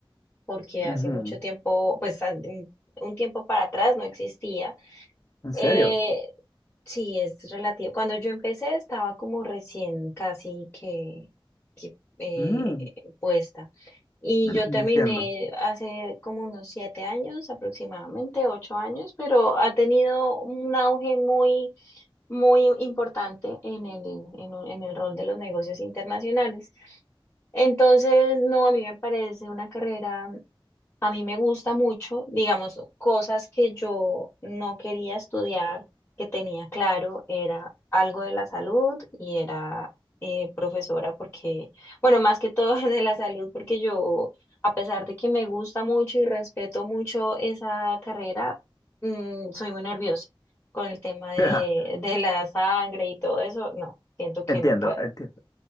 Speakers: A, on the left (about 25°); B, on the left (about 40°).
A: porque
B: Ujú.
A: hace mucho tiempo, pues a- un un tiempo para atrás no existía.
B: ¿En
A: Eh,
B: serio?
A: sí, es relativo. Cuando yo empecé estaba como recién casi que, que, eh,
B: Mm.
A: puesta. Y yo
B: Entiendo.
A: terminé hace como unos siete años, aproximadamente ocho años, pero ha tenido un auge muy, muy importante en el, en en el rol de los negocios internacionales. Entonces, no, a mí me parece una carrera a mí me gusta mucho, digamos, cosas que yo no quería estudiar, que tenía claro, era algo de la salud y era eh, profesora, porque, bueno, más que todo <laughs> de la salud, porque yo, a pesar de que me gusta mucho y respeto mucho esa carrera, mm, soy muy nerviosa con el tema de,
B: <laughs>
A: de la sangre y todo eso, no, siento que
B: Entiendo,
A: no puedo.
B: entiendo.